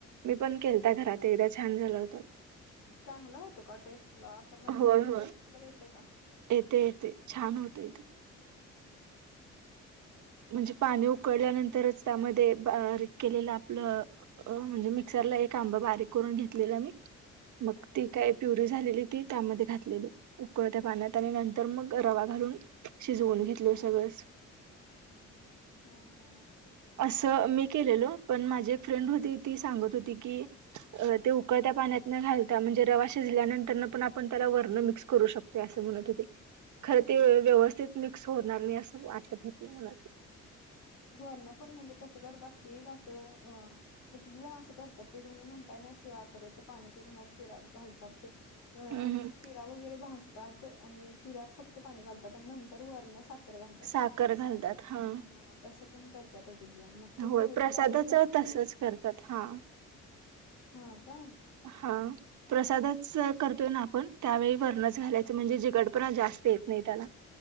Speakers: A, on the right; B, on the left.
A: मी पण केलता घरात, एकदा छान झाला होता.
B: चांगला होतो का टेस्टला अस मँगोची
A: होय होय
B: टेस्ट तर येते का?
A: येते येते छान होतोय तो
B: <unintelligible>
A: म्हणजे पाणी उकळल्यानंतरच त्यामध्ये बारीक केलेलं आपलं अ, म्हणजे मिक्सरला एक आंबा बारीक करून घेतलेला मी, मग
B: हा हा
A: ती काय प्युरी झालेली ती त्यामध्ये घातलेलं उकळत्या पाण्यात आणि नंतर मग रवा घालून शिजवून घेतल सगळंच
B: हां हां
A: असं मी केलेलो, पण माझी एक फ्रेंड होती ती सांगत होती की ते उकळत्या पाण्यात न घालता, म्हणजे रवा शिजल्यानंतर पण आपण त्याला वरनं मिक्स करू शकतो. ती असं म्हणत होती, खरं ते व्यवस्थित मिक्स होणार नाही असं वाटत होती म्हणतं
B: वरनं पण म्हणजे कसं करत असतील, असं अ एक, एक जण असं करतात ते तुम्ही म्हणताय ना शि साखरेचं पाणी करून मग शिरा घालतात ते अ
A: हम्म, हम्म.
B: शिरा वगैरे भाजतात आणि शिऱ्यात फक्त पाणी घालतात आणि नंतर वरनं साख -खर घालतात
A: साखर
B: असं,
A: घालतात हा
B: तसं पण करत्यात एक एक जण मग ती
A: होय
B: पिवरी
A: प्रसादाच
B: त्यावेळी घातली
A: तसच
B: तरी
A: करतात हा.
B: हा का
A: हां प्रसादच करतोय ना आपण, त्यावेळी वरनंच घालायचं म्हणजे जिगड पणा जास्त येत नाही त्याला.